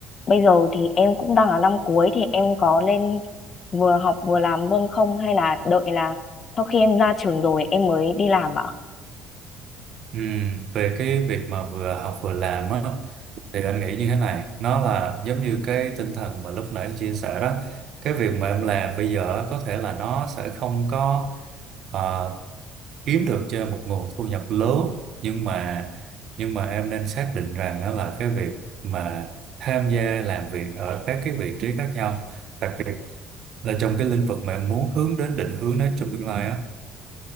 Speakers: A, on the left (about 35°); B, on the right (about 55°).
A: bây giờ thì em cũng đang ở năm cuối thì em có lên vừa học vừa làm luôn không hay là đợi là sau khi em ra trường rồi em mới đi làm ạ?
B: Ừ, về cái việc mà vừa học vừa làm á thì anh nghĩ như thế này nó là giống như cái tinh thần mà lúc nãy em chia sẻ đó cái việc mà em làm bây giờ á, có thể là nó sẽ không có ờ, kiếm được cho em một nguồn thu nhập lớn nhưng mà nhưng mà em nên xác định rằng đó là cái việc mà tham gia làm việc ở các cái vị trí khác nhau đặc biệt là trong cái lĩnh vực mà em muốn hướng đến định hướng đến trong tương lai á